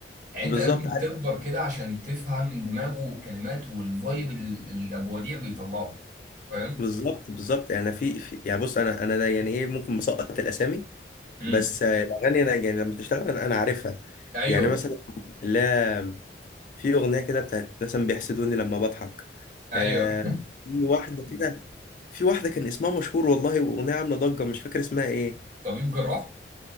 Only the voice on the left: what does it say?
<laughs> بالظبط
بالظبط بالظبط يعني في, في يعني بص انا انا ده يعني ايه ممكن مسقط الاسامي
بس آه، الاغاني انا يعني لما تشتغل انا أنا عارفها
يعني مثلا لا في اغنيه كده بتاعت مثلا بيحسدوني لما بضحك
آه في واحده كده في واحده كان اسمها مشهور والله واغنيه عامله ضجه مش فاكر اسمها ايه